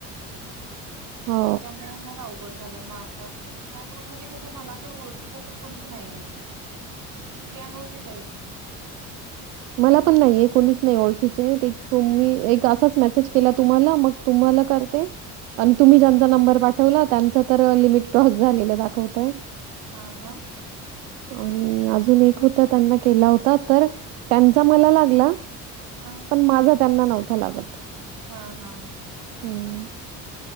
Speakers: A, on the right; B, on the right.
A: हो.
B: त्याच्यामुळे मग अवघड अवघड झालय मग आता ह्या ग्रुप मध्ये कस मला तर ओळखीत असं कोणीच नाही आहे सगळे अनोळखीच आहेत
A: मला पण नाहिये कुणीच नाही ओळखीचे तुम्ही एक असाच मेसेज केला तुम्हाला मग तुम्हाला करते आणि तुम्ही ज्यांचा नंबर पाठवला त्यांच तर लिमिट क्रॉस झालेलं दाखवतय
B: हा हा
A: आणि अजून एक होत त्यांना केला होता तर त्यांचा मला लागला..
B: हा
A: पण माझा त्यांना नव्हतां लागत..
B: हा- हा..
A: हम्म <inaudible>